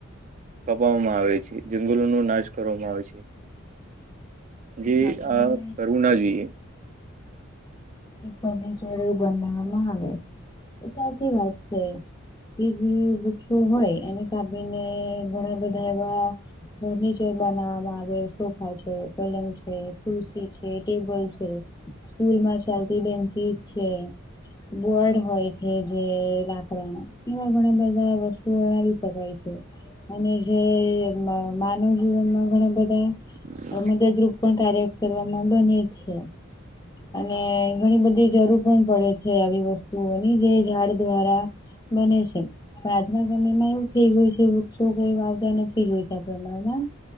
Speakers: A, on the right; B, on the left.
A: કપવામાં આવે છે, જંગલો નું નાશ કરવામાં આવે છે. જે
B: હા તમે
A: આ કરવું ના જોઈએ.
B: ફર્નિચર એવું બનાવવામાં આવે સાચી વાત છે. કે જે વૃક્ષો હોય એને કાપીને ઘણા બધા એવા ફર્નિચર બનાવામાં આવે સોફા છે પલંગ છે, ખુરશી છે, ટેબલ છે, સ્કૂલ માં ચાલતી બેન્ચીસ છે બોડ હોય છે જે લાકડાનો એવા ઘણા બધા વસ્તુ ઓ આ રીતે હોય છે અને જે માનવ જીવનમાં ઘણા બધા
A: <unintelligible>
B: મદદરૂપ પણ કાર્ય કરવામાં બને છે. અને ઘણી બધી જરૂર પણ પડે છે આવી વસ્તુઓની જે ઝાડ દ્વારા બને છે. પણ આજના સમય માં એવું થઇ ગયું છે વૃક્ષો કોઈ વાવતા નથી જોયતા પ્રમાણમાં